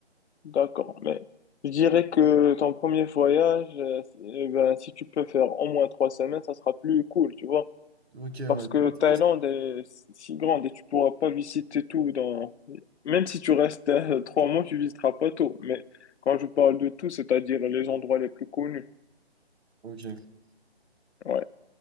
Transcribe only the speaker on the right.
Ok, ouais.
Trois
semaines.
Ok.